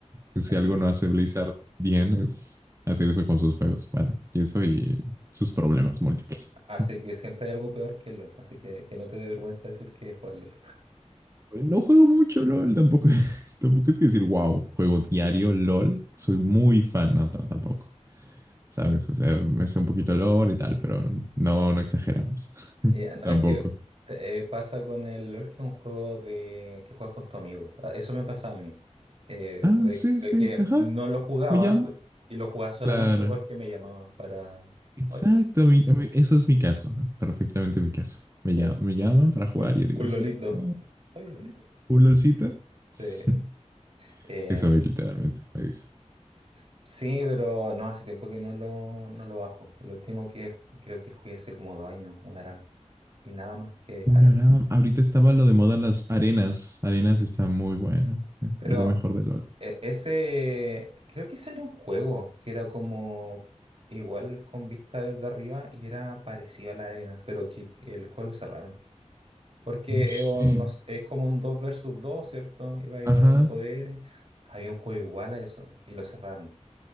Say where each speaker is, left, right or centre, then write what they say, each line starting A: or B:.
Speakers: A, on the right (about 25°); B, on the right (about 55°).
A: Que
B: Sí.
A: si algo no hace Blizzard bien es hacer eso con sus juegos. Bueno, y eso y sus problemas múltiples.
B: Así
A: <laughs>
B: que siempre hay algo peor que el LOL, así que, que no te dé vergüenza decir que juegas LOL.
A: No juego mucho LOL, tampoco, <laughs> tampoco es que decir, wow, juego diario LOL. Soy muy fan, no, t- tampoco. ¿Sabes? O sea, me sé un poquito LOL y tal, pero no, no exageramos.
B: Eh,
A: <laughs>
B: no
A: Tampoco.
B: es que eh, pasa con el LOL que es un juego de que juegas con tu amigo. Ah, Eso me pasa a mí. Eh,
A: Ah,
B: de,
A: sí,
B: de
A: sí,
B: que
A: ajá,
B: no lo jugaba
A: me llama.
B: pe- y lo jugaba solamente
A: Claro.
B: porque me llamaban para...
A: Exacto,
B: "Oye, ju-
A: a mí- a mí- eso es mi caso, perfectamente mi caso. Me,
B: eh,
A: lla- me llaman para jugar
B: un,
A: y yo digo,
B: un lolito.
A: sí, bueno,
B: Oye, un lolito.
A: un LOLcito. <laughs>
B: Eh, em,
A: Eso me- literalmente me dice.
B: s- sí, pero no, hace tiempo que no lo, no lo bajo. Lo último que f- creo que jugué hace como dos años, un ARAM. Y nada más que
A: Una
B: ARAM.
A: gran... Ahorita estaba lo de moda las arenas. Arenas está muy bueno. eh,
B: Pero
A: Es lo mejor de LOL.
B: eh, ese, creo que ese era un juego que era como igual con vista desde arriba y era parecido a la arena, pero que que el juego lo cerraron. Porque
A: No
B: es,
A: sé.
B: un- no sé, es como un 2 versus dos ¿cierto? Iba agarrando
A: Ajá,
B: poderes. Había un juego igual a eso y lo cerraron.